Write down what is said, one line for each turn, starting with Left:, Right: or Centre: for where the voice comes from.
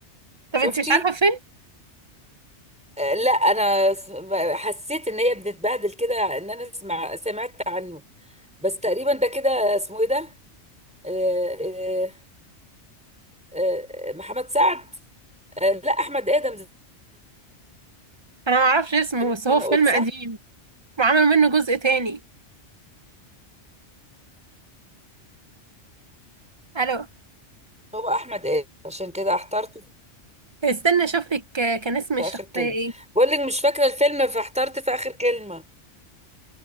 Centre: شفتي
Right: طب انت مش عارفه فيلم
Centre: آه، لا انا س- حسيت ان هي بتتبهدل كده ان انا اسمع سمعت عنه بس تقريبا ده كده اسمه ايه ده آه، آه، آه، محمد سعد آه، لا احمد ادم زي
Right: انا ما اعرفش اسمه
Centre: ما
Right: بس هو
Centre: انا
Right: فيلم
Centre: قلت صح
Right: قديم وعملوا منه جزء تاني الو
Centre: هو احمد ادم عشان كده احترت
Right: استنى اشوف لك آه، كان اسم
Centre: في
Right: الشخصيه
Centre: اخر كلمة
Right: ايه
Centre: بقول لك مش فاكرة الفيلم فاحترت في اخر كلمة